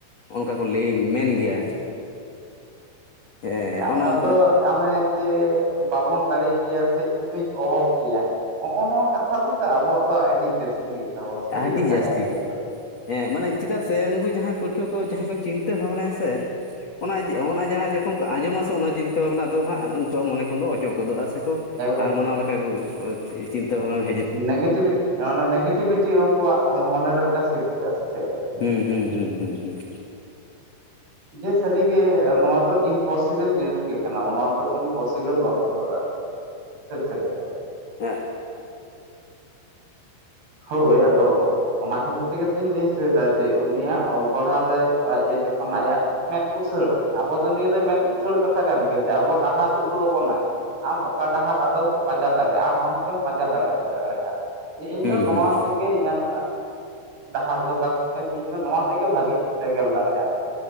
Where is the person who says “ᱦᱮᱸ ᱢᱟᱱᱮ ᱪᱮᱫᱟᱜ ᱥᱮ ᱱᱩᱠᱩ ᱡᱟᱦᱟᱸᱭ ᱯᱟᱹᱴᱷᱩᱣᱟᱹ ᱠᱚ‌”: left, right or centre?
Left